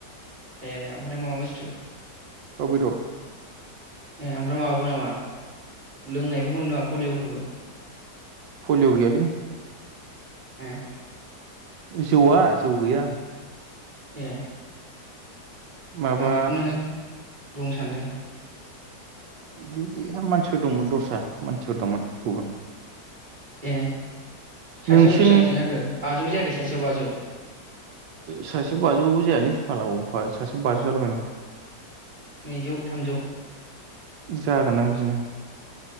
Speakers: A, on the right; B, on the right.
A: ए एया ओमफ्राय माबा बुसथु
B: दाव बेदर
A: ए ओमफ्राय माबाबो नामा लोंनायफोरबो मोनदों नामा पलियफोरबो
B: फलिय गैयालै
A: ए
B: जौआ जौ गैया
A: ए
B: माबा
A: आं बेखौनो बुंनो सानदों
B: बिराद मानसिफोर दंमोन दस्रा मानसिफोर दंमोन गुबुन
A: ए सासेयाव
B: नोंसिन
A: बेसिबां बेसिबां जाखो बाजौ जायाखै सासेयाव बाजौ
B: सासेयाव बाजौ जायालै मालाफ सासेयाव बाजौ जाला बायनांगौ
A: नैजौ थामजौ
B: जागोनदां बिदिनो